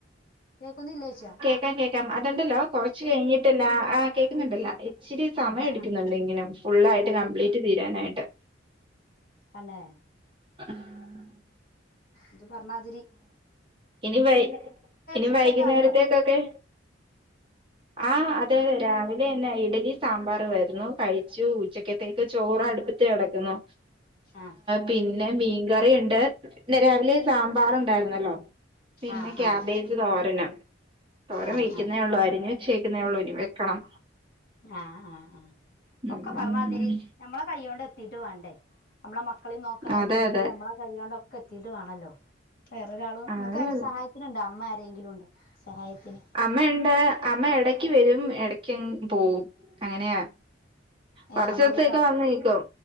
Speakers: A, on the left; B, on the right.
A: കേൾക്കുന്നില്ലേ യ്ച്ച
B: ഇപ്പേം കേൾക്കാം അത്ണ്ടല്ലോ കുറച്ച് കഴിഞ്ഞിട്ടല്ല ആഹ് കേൾക്കുന്നുണ്ടല്ലോ ഇച്ചിരി സമയം
A: ആഹ്
B: എട്ക്ക്ന്ന്ണ്ട്
A: ആഹ്
B: ഇങ്ങനെ ഫുള്ളായിട്ട് കംപ്ലീറ്റ് തീരാനായിട്ട്
A: അന്നെ
B: ആഹ്
A: ഇത് പർണാതിരി
B: ഇനി വൈ ഇനി
A: ഫുഡൊക്കെ
B: വൈകുന്നേരത്തേക്കൊക്കെ
A: ആയോ
B: ആഹ് അതെ രാവിലെന്നെ ഇഡലി സാമ്പാറുവായിരുന്നു കഴി ച്ചു ഉച്ചക്കത്തേക്ക് ചോറ് അടുപ്പത്ത് കെടക്കുന്നു
A: ആഹ്
B: പിന്നെ മീൻകറിയിണ്ട് ന്നെ രാവിലെ സാമ്പാറുണ്ടായിരുന്നല്ലോ പിന്നെ
A: ആഹ്
B: ക്യാബേജ്
A: ആഹ്
B: തോരനും തോരം
A: ആഹ്
B: വക്കുന്നേ
A: ആഹ്
B: ഒള്ളു അരിഞ്ഞ് വെച്ചേക്കു ന്നെള്ളു ഇനി വെക്കണം
A: ആഹ് ആഹ് ആഹ്
B: ഉം
A: ഒക്കെ പറ്ഞ്ഞാതിരി ഞമ്മളെ കയ്യോണ്ട് എത്തീട്ട് വാണ്ടെ അമ്മളെ മക്കളിം നോക്കണം അയിന്റെടീല്
B: അതെ അതെ
A: നമ്മളെ കയ്യോണ്ട് ഒക്കെ എത്തീട്ട് വാണല്ലോ വേറെരാളും ഇങ്ങക്ക്
B: അതെ
A: ആരും
B: അതെ
A: സഹായത്തിനുണ്ടോ അമ്മ ആരെങ്കിലും ഉണ്ടോ സഹായത്തിന്
B: അമ്മയുണ്ട് അമ്മ എടക്ക് വരും ഇടക്കങ്ങ് പോവും. അങ്ങനെയാ
A: ഏഹ്
B: കൊർച്ചൂസോക്കെ
A: അമ്മ എവിടുക്കാ
B: വന്ന് നിക്കും